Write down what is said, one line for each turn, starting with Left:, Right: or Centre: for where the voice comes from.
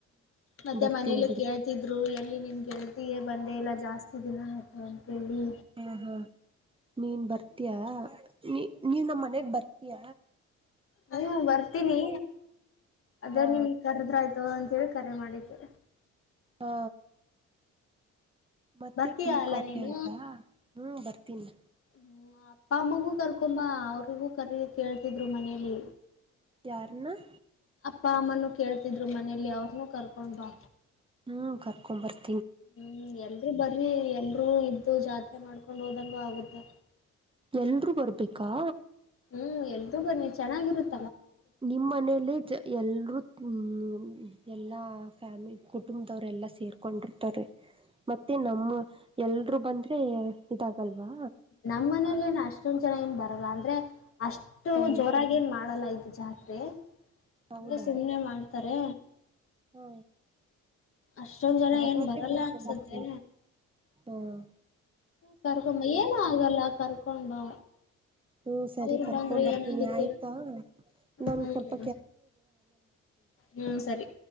Left: ಮತ್ತೆ
Right: ಬರ್ತೀನ್
Left: ಮನೇಲಿ
Right: ಬಿಡು
Left: ಕೇಳ್ತಿದ್ರು ಏನ್ ಅಲ್ಲಿ ನಿಮ್ಮ ಗೆಳತಿಗೆ ಬಂದೇ ಇಲ್ಲ ಜಾಸ್ತಿ ದಿನ ಆಯ್ತು. ಅಂತೇಳಿ
Right: ಹಾ ಹಾ ನೀನ್ ಬರ್ತೀಯ? ನೀ ನೀ ನಮ್ಮ ಮನೆಗೆ ಬರ್ತೀಯ?
Left: ಹ ಬರ್ತೀನಿ ಅದ್ರ
Right: ಹಾ
Left: ನಿಮಗೆ ಕರ್ದ್ರೆದ್ರಾಯಿತು ಅಂತ ಏಳ್ ಕರೆ ಮಾಡಿದ್ದು.
Right: ಹಾ ಮತ್ತೆ
Left: ಬರ್ತೀಯ
Right: ಟೀ
Left: ಅಲ್ಲ
Right: ಕಾಫಿ
Left: ನೀನು
Right: ಆಯ್ತಾ ಹ್ಮ್ ಬರ್ತೀನಿ.
Left: ಹ್ಮ ಅಪ್ಪ ಅಮ್ಮಗೂ ಕರ್ಕೊಂಡ್ ಬಾ. ಅವರಿಗೂ ಕೇಳ್ತಿದ್ರು ಮನೇಲಿ.
Right: ಯಾರ್ನ <inaudible>
Left: ಅಪ್ಪ ಅಮ್ಮನು ಕೇಳ್ತಿದ್ರು ಮನೆಲಿ ಅವ್ರನು ಕರ್ಕೊಂಡ್ ಬಾ.
Right: ಹ್ಮ ಕರ್ಕೊ್ ಬರ್ತಿ
Left: ಹ್ಮ್ ಯಲ್ರು ಬರ್ರಿ ಯಲ್ರು ಇದ್ದು ಜಾತ್ರಿ ಮಾಡ್ಕೊಂಡ ಹೋದಂಗೂ ಆಗುತ್ತೆ.
Right: ಯಲ್ರು ಬರ್ಬೇಕಾ?
Left: ಹ್ಮ್ ಯಲ್ರೂ ಬನ್ನಿ ಚನ್ನಾಗಿರುತ್ತೆ.
Right: ನಿಮ್ಮ್ ಮನೇಲ್ಲ ಜ ಎಲ್ರೂ ಹ್ಮ್ ಯಲ್ಲ ಫ್ಯಾಮಿಲಿ ಕುಟುಂಬದವರೆಲ್ಲ ಸೇರ್ಕೊಂಡಿರ್ತಾರೆ. ಮತ್ತೆ ನಮ್ಮ ಯಲ್ ಲ್ರೂ ಬಂದ್ರೆ ಇದಾಗಲ್ವಾ?
Left: ನಮ್ಮ್ ಮನೇಲಿ ಏನ್ ಅಷ್ಟೊಂದ್ ಜನ ಏನ್ ಬರಲ್ಲ ಅಂದ್ರೆ. ಅಷ್ಟು
Right: ಹ
Left: ಜೋರಾಗಿ ಏನ್ ಮಾಡಲ್ಲ ಇದು ಜಾತ್ರೆ
Right: ಹೌದಾ
Left: ಹಂಗೆ ಸುಮ್ಮ್ನೆ ಮಾಡ್ತಾರೆ.
Right: ಹಾ
Left: ಅಷ್ಟೊಂದ್ ಜನ
Right: ಭಗ್ವಾತಿನ
Left: ಏನ್ ಬರಲ್ಲ
Right: ಕರ್ಕೊಂಡು
Left: ಅನ್ಸತ್ತೆ
Right: ಬರ್ತೀನಿ ಹ್ಮ್
Left: ಕರ್ಕೊ ಬಾ ಏನು ಆಗಲ್ಲ ಕರ್ಕೊ ಕೊಂಡ್ ಬಾ
Right: ಹ್ಮ ಸರಿ
Left: ಅವ್ರು
Right: ಕರ್ಕೊಂಡ್
Left: ಬಂದ್ರೆ
Right: ಬರ್ತೀನಿ
Left: ಏನಾಗುತ್ತೆ
Right: ಆಯ್ತಾ ನನ್
Left: ಹ್ಮ್
Right: ಸ್ವಲ್ಪ
Left: ಹ್ಮ್ ಸರಿ.